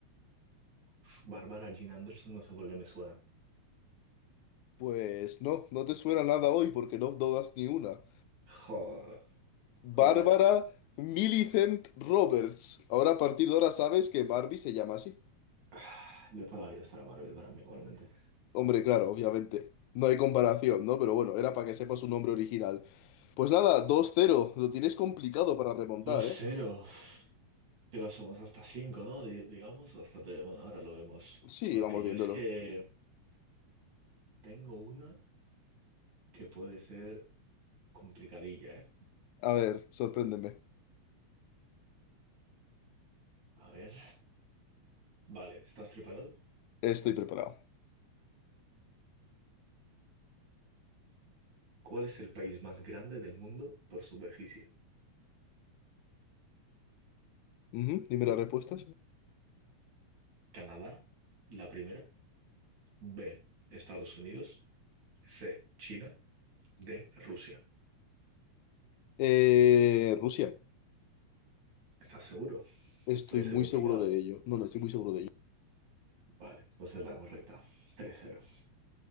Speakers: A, on the right; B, on the left.
A: Uf, Barbara Jean Anderson, no sé por qué me suena.
B: Pues no, no te suena nada hoy porque no dudas ni una.
A: Joder, ¿cuál
B: Bárbara
A: era?
B: Millicent Roberts. Ahora a partir de ahora sabes que Barbie se llama así.
A: Ah, De toda la vida será Barbie para mí igualmente.
B: Hombre, claro, obviamente. No hay comparación, ¿no? Pero bueno, era para que sepas su nombre original. Pues nada, dos cero. Lo tienes complicado para remontar,
A: Dos ceros,
B: ¿eh?
A: que lo somos hasta cinco, ¿no? Di- digamos, o hasta tres. Bueno, ahora lo vemos.
B: Sí,
A: Porque
B: vamos
A: yo
B: viéndolo.
A: es que tengo una que puede ser complicadilla, ¿eh?
B: A ver, sorpréndeme.
A: A ver. Vale, ¿estás preparado?
B: Estoy preparado.
A: ¿Cuál es el país más grande del mundo por superficie?
B: Ujú, Dime las respuestas.
A: Canadá, la primera. B, Estados Unidos. C, China. D, Rusia.
B: Eh, Rusia.
A: ¿Estás seguro?
B: Estoy
A: Puede ser
B: muy
A: complicado,
B: seguro de
A: ¿eh?
B: ello. No, no, estoy muy seguro de ello.
A: Vale, pues es la correcta. tres cero